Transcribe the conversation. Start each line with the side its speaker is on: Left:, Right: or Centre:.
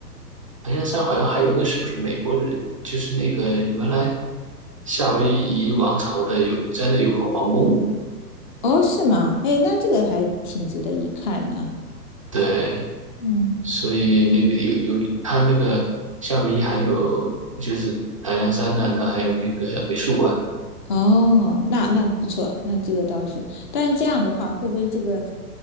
Right: 檀香山好像还有个是不是美国人？就是那个原来夏威夷王朝的有在那有个皇宫，
Left: 哦，是吗？哎，那这个还挺值得一看的。
Right: 对，
Left: 嗯，
Right: 所以那个有有它那个夏威夷还有就是檀香山呢，那还有那个美术馆。
Left: 哦，那那不错，那这个倒是，但是这样的话，会不会这个